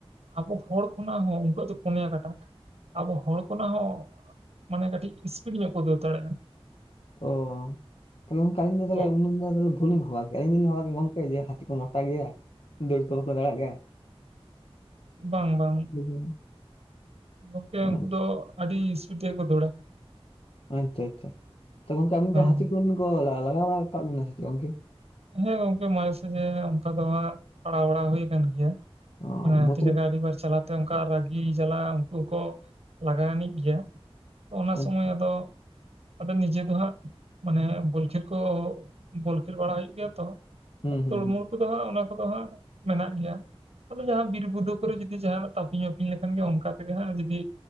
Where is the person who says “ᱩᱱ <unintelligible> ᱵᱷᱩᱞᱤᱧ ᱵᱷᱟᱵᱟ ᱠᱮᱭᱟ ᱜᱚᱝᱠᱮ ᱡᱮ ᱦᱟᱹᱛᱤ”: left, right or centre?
Left